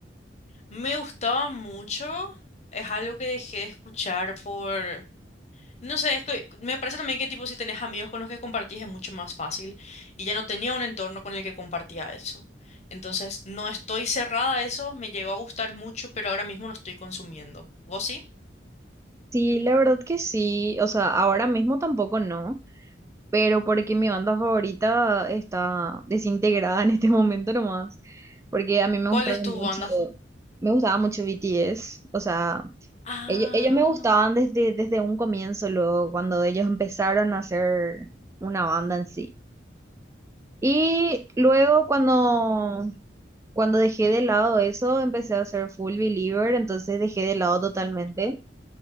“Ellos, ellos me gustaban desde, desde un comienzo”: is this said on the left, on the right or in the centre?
Right